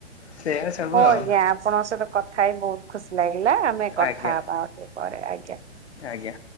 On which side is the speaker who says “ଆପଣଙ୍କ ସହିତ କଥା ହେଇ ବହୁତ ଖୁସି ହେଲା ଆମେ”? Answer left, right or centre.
Right